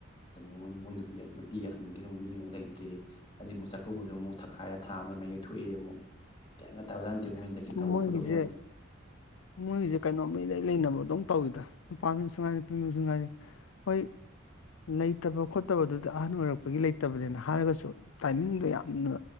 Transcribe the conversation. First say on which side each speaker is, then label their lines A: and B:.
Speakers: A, on the left (about 25°); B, on the left (about 75°).
A: ꯑꯗꯨ ꯃꯣꯏ ꯅꯨꯄꯤ ꯌꯥꯒꯤ ꯃꯤ ꯑꯃꯉ ꯂꯩ ꯑꯗꯨꯗꯤ ꯑꯃꯨꯛ ꯆꯥꯛꯀꯧꯕꯗꯣ ꯑꯃꯨꯛ ꯊꯛꯈꯥꯏꯔ ꯊꯥ ꯑꯃꯒꯤ ꯃꯀꯩ ꯊꯣꯛꯑꯦ ꯑꯃꯨꯛ ꯇꯥꯖꯥꯟ ꯇꯦ ꯃꯣꯏꯅꯗꯒꯤꯧꯏ
B: ꯑꯁ ꯃꯣꯏꯒꯤꯁꯦ
A: ꯊꯧꯗꯣꯛ ꯃꯌꯥꯝꯦ
B: ꯃꯣꯏꯒꯤꯁꯦ ꯀꯩꯅꯣ ꯃꯤ ꯂꯩꯩ ꯂꯩꯅꯕ ꯑꯗꯨꯝ ꯇꯧꯋꯤꯗ ꯅꯨꯄꯥ ꯃꯤꯁꯨ ꯉꯥꯏ ꯅꯨꯄꯤ ꯃꯤꯁꯨ ꯉꯥꯏꯔꯤ ꯍꯣꯏ ꯂꯩꯇꯕ ꯈꯣꯠꯇꯕꯗꯨꯗ ꯑꯍꯟ ꯑꯣꯏꯔꯛꯄꯒꯤ ꯂꯩꯇꯕꯅꯦꯅ ꯍꯥꯏꯔꯒꯁꯨ ꯇꯥꯏꯃꯤꯡꯗꯣ ꯌꯥꯝꯅ